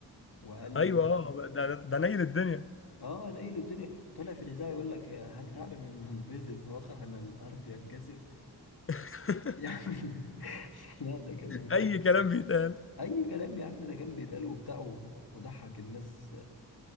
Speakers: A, on the left; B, on the left.
A: وقال
B: ايوه اه ده ده نيل الدنيا
A: اه نايل الدنيا طلع في الاذاعه يقول لك هل تعلم ان <laughs> البيض اذا وقع على الارض ينكسر
B: <laughs>
A: <laughs> يا عم لا ده كان
B: اي كلام بيتقال
A: اي كلام يا عم ده كان بيتقال وبتاع وضحك الناس